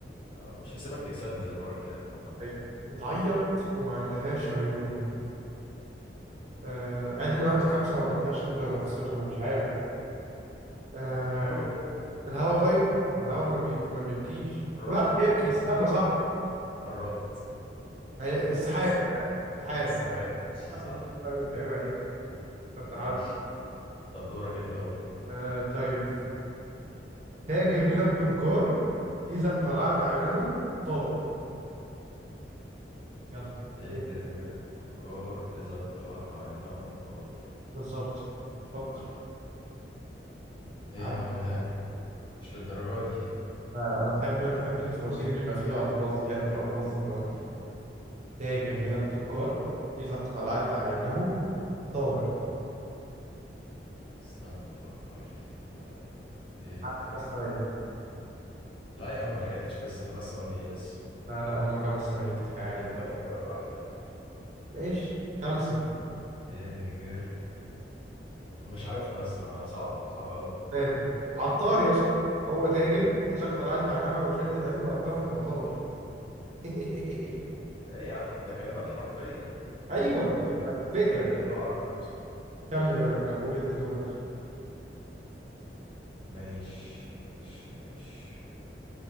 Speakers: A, on the left; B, on the right.
A: اه مش هسيبك تكسبني زي المره اللي فاتت عامه
B: طيب بتعيط وما عندهاش عيون آه، اعد من واحد لخمسة لو ما قلتهاش نبقى خسرنا مش عارف آه،
A: حاول طيب
B: الهوا طيب الهوا ما بي... ما بيبكيش
A: قربت
B: لا يبكي
A: قر-
B: السما صح
A: قربت
B: ما هي السحاب
A: السحاب
B: السحاب
A: السحاب
B: عيب
A: ماشي صح
B: عليك عيب عليك عيب عليك. طب
A: ماشي
B: تعال
A: طب دورك انت اول
B: آه طيب تاجر من التجار إذا اقتلعت عينه طار يلا
A: تاجر
B: ايه
A: من التجار إذا اقتلعت عينه طار
B: بالظبط فكر
A: إيه
B: على
A: يا عم ده مش للدرجة دي
B: لا لا انا بحب بحب الفوازير اللي بيبقى فيها الفاظ دي لعبة في الالفاظ دي بيبقى تحفة تاجر من التجار إذا اقتلعت عينه طار
A: استنى أفكر فيها تاجر
B: على خمس ثواني
A: لا يا عم ملحقتش لسه خمس ثواني إيه لسه
B: لا لا هما خمس ثواني كفاية عليك
A: حضرتك فكر براحتك
B: ماشي خمسة
A: تاجر مش عارفها لسه صعبة صعبة أوي
B: ثلاثة عطار يا اسطى هو تاجر إذا اقتلعت عنها ولو شلت العين من عطار هتبقى طار <laughs>
A: إيه يا عم ده كلمات حرفيا
B: أيوه
A: عشان كده
B: طيب، فكرة
A: بقولها لي باللغة العربية الفصحى
B: كمل يلا كمل قول أنت دورك
A: ماشي ماشي ماشي